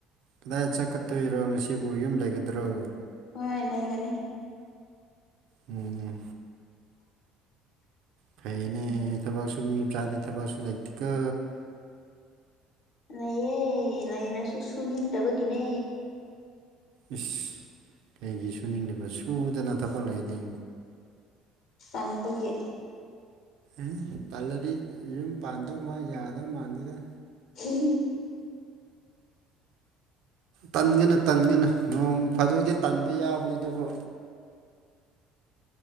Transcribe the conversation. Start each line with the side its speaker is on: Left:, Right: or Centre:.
Right: ꯀꯗꯥꯏ ꯆꯠꯀꯗꯣꯏꯔꯣ ꯉꯁꯤꯕꯨ ꯌꯨꯝ ꯂꯩꯒꯗ꯭ꯔꯣ
Left: ꯍꯣꯏ ꯂꯩꯒꯅꯤ
Right: ꯎꯝ ꯎ ꯐꯩꯌꯦꯅꯦ ꯊꯕꯛꯁꯨ ꯃꯤ ꯃꯆꯥꯗꯤ ꯊꯕꯛꯁꯨ ꯂꯩꯇꯦꯀꯣ
Left: ꯂꯩꯌꯦ ꯂꯩꯔꯁꯨ ꯁꯨꯅꯤꯡꯗꯕꯒꯤꯅꯦ
Right: ꯏꯁ ꯀꯩꯒꯤ ꯁꯨꯅꯤꯡꯗꯕ ꯁꯨꯗꯅ ꯊꯕꯛ ꯂꯩꯗꯤ
Left: ꯇꯟꯕꯒꯤ
Right: ꯑꯦ ꯇꯜꯂꯗꯤ ꯌꯨꯝ ꯄꯥꯟꯗꯧ ꯃꯥ ꯌꯥꯗꯧ ꯃꯥꯟꯗꯦꯗ
Left: ꯎ <unintelligible>
Right: ꯇꯟꯒꯅꯨ ꯇꯟꯒꯅꯨ ꯅꯣꯡ ꯐꯥꯗꯣꯛꯗꯤ ꯇꯟꯕ ꯌꯥꯕꯅꯤ ꯑꯗꯨꯕꯨ